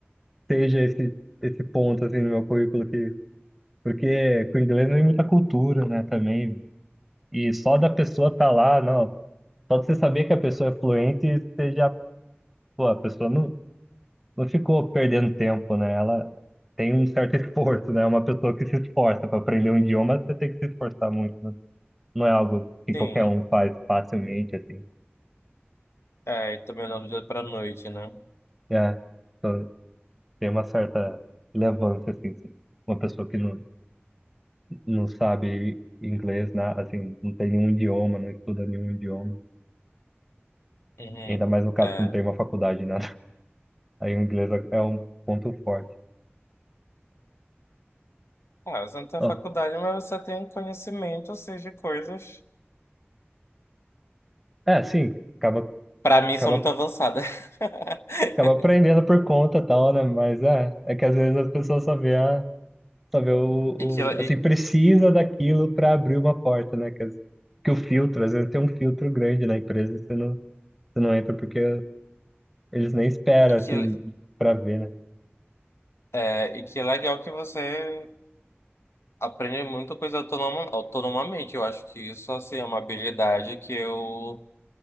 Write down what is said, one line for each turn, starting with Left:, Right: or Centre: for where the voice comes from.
Centre: seja esse esse ponto assim no meu currículo que porque com o inglês vem muita cultura, né, também. E só da pessoa estar tá lá, não, Só de você saber que a pessoa é fluente, você já, pô, a pessoa não, não ficou perdendo tempo, né? Ela tem um certo <laughs> esforço, né? É Uma pessoa que se esforça para aprender um idioma, você tem que se esforçar muito, né? Não é algo que
Left: Sim.
Centre: qualquer um faz facilmente, assim.
Left: É, e também não do dia para noite, né?
Centre: É, então tem uma certa relevância, assim, sim. Uma pessoa que não, não sabe inglês, né? Assim, não tem nenhum idioma, não estuda nenhum idioma.
Left: Uhum.
Centre: Ainda mais no caso
Left: É.
Centre: que não tem uma faculdade, nada. <laughs> Aí o inglês é é um ponto forte.
Left: Ah, você não tem
Centre: Ó,
Left: faculdade, mas você tem conhecimento, assim, de coisas.
Centre: É, sim, acaba
Left: Para mim,
Centre: acaba
Left: são muito avançadas. <laughs>
Centre: acaba aprendendo por conta e tal, né? Mas é, é que às vezes as pessoas só vê a, só vê o,
Left: E que,
Centre: o- assim,
Left: e,
Centre: precisa daquilo para abrir uma porta, né? Que, as- que o filtro, às vezes tem um filtro grande na empresa, você não, você não entra porque eles nem esperam,
Left: e que,
Centre: assim, para ver, né?
Left: é, e que é legal que você aprende muita coisa autonoma, autonomamente. Eu acho que isso, assim, é uma habilidade que eu